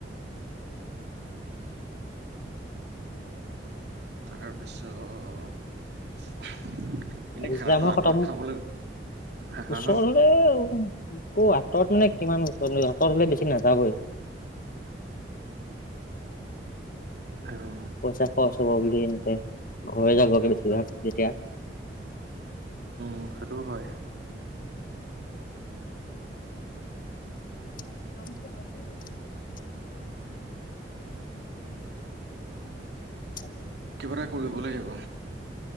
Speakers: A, on the right; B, on the left.
A: তাৰপিছত। এনেই
B: আৰু
A: খানাটো
B: যে আমাৰ
A: আঁতৰত
B: কথাবোৰ
A: খাবলৈ হা হা
B: ওচৰৰেও
A: হা
B: আকৌ আঁতৰত মানে কিমান ওচৰত আঁতৰত হলে বেছি নাযাবই
A: অহ
B: পইচা খৰচ হ'ব বুলি এনেকে ঘৰে যাবকে বেছিভাগ যেতিয়া
A: সেইটোৱ হয়
B: <unintelligible> <unintelligible>
A: নাই কৰিব লাগিব